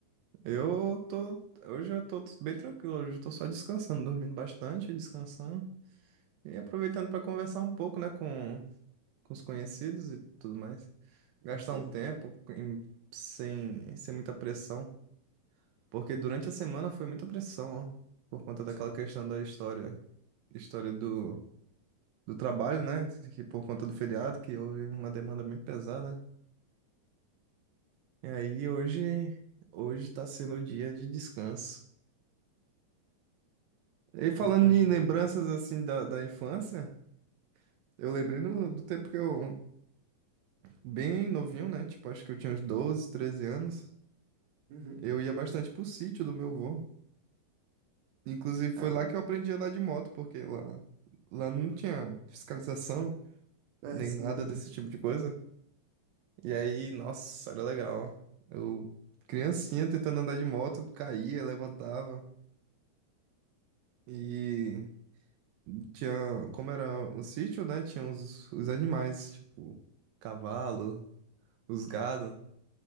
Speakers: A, on the right; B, on the right.
A: Eu tô, hoje eu tô bem tranquilo, hoje eu tô só descansando, dormindo bastante, descansando e aproveitando pra conversar um pouco, né, com, com os conhecidos e tudo mais. Gastar
B: Isso
A: um
B: aí,
A: tempo em- sem, sem muita pressão. Porque durante a semana foi muita pressão, ó, por conta daquela
B: sim,
A: questão da história, história do, do trabalho, né? Que por conta do feriado, que houve uma demanda bem pesada. E aí hoje, hoje tá sendo o dia de descanso. E falando
B: perfeito.
A: em lembranças assim da, da infância, eu lembrei do, do tempo que eu, bem novinho, né? Tipo, acho que eu tinha uns 12 13 anos.
B: Uhum.
A: Eu ia bastante pro sítio do meu avô. Inclusive foi
B: Caramba.
A: lá que eu aprendi a andar de moto, porque lá, lá não tinha fiscalização.
B: É,
A: nem
B: sim.
A: nada
B: <laughs>
A: desse tipo de coisa. E aí, nossa, era legal. Eu, criancinha, tentando andar de moto, caía, levantava. E tinha, como era o sítio, né? Tinha os, os animais, tipo, cavalo, os gado.